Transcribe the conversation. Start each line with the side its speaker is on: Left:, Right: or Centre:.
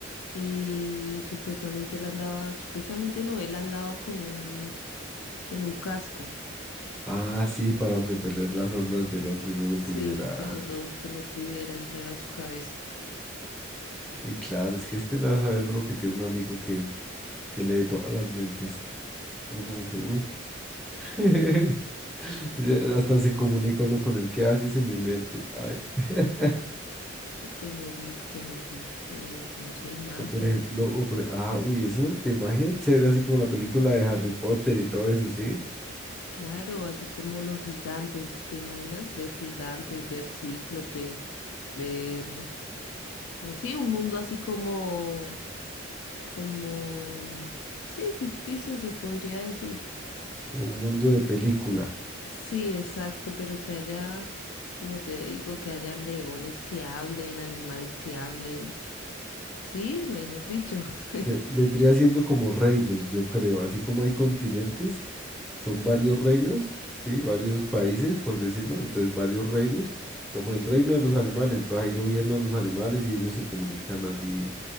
Left: y supuestamente él andaba, supuestamente no, él andaba con un, con un casco,
Centre: Ah, sí, para repeler las ondas del otro y no lo
Left: sí,
Centre: pudiera.
Left: que no lo, que no pudiera entrar a su cabeza.
Centre: Uy, claro, es que es tenaz saber uno que tiene un amigo que, que lee todas las mentes. Uno como que, uy. <laughs> Se-
Left: Claro,
Centre: Hasta se comunica uno con el que hace y se me mente. Ay. <laughs>
Left: tener, m- tener, mm, eh, no sé, magia.
Centre: O por ejemplo, o por, ah, uy, eso de magia es chévere, así como la película de Harry Potter y todo eso, ¿sí?
Left: Claro, así como los gigantes, ¿te imaginas ver gigantes, ver cíclopes, ver, sí, un mundo así como, como, sí, ficticio se podría decir.
Centre: Como un mundo de película.
Left: Sí, exacto, pero que haya, como te digo, que hayan leones que hablen, animales que hablen, sí, mejor dicho. <laughs>
Centre: Ve- vendría siendo como reinos, yo creo. Así como hay continentes, son varios reinos, ¿sí? Varios países, por decirlo. Entonces, varios reinos. Como el reino de los animales. Entonces, ahí gobiernan los animales y ellos se comunican así